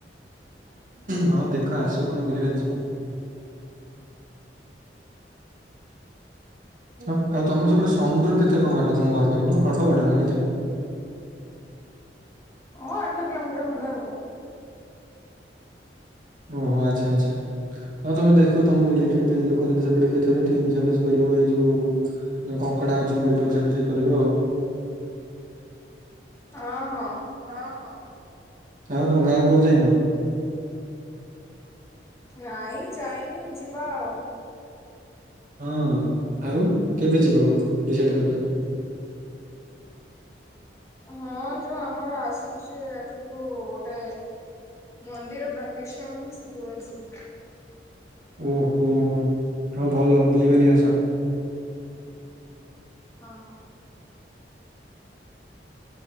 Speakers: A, on the right; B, on the left.
A: ହଁ ଦେଖ ଆସ କୁ ଦିନ ବୁଲିବାଲି ଯିବ। ହଁ ଆଉ ତମ ସେପଟେ ସମୁଦ୍ର କେତେ କଣ ବାଟ ତମ ଘର ପାଖରୁୁ ଅଳ୍ପ ବାଟ ନା କେତେ କଣ?
B: ହ ଆଠ କିଲୋମିଟର ଖଣ୍ଡେ ହବ।
A: ଓହୋ ଆଚ୍ଛା ଆଚ୍ଛା। ହଁ ତମେ ଦେଖିବ ତମ ରିଲେଟେଡ ଲୋକ ଯଦି ସେପଟେ କିଏ ଥିବେ ଟିକେ ବୁଝାବୁଝି କରିବ ଏଇ ଯଉ କଙ୍କଡ଼ା ଆଉ ଚିଙ୍ଗୁଡି ବ୍ୟବସାୟ ଟିକେ କରିବ ଆଉ।
B: ଅଁ ହଁ।
A: ଅଁ ହଁ ଆଉ ତମ ଗାଁକୁ ଆଉ ଯାଇନ?
B: ନାଇଁ ଯାଇନି ଯିବା ଆଉ।
A: ହଁ ଆଉ କେବେ ଯିବ କ ଡିସାଇଡ଼୍ କରିଛ?
B: ହଁ ଯୋଉ ଆମର ଆସୁଛି ଆଗକୁ ଗୋଟେ ମନ୍ଦିର ପ୍ର ତିଷ୍ଟା ହବନି ସେତେବେଳେ ଯିବି।
A: ଓହୋ ଆଉ ଭଲ ବୁଲିିବାଲି ଆସ।
B: ହଁ।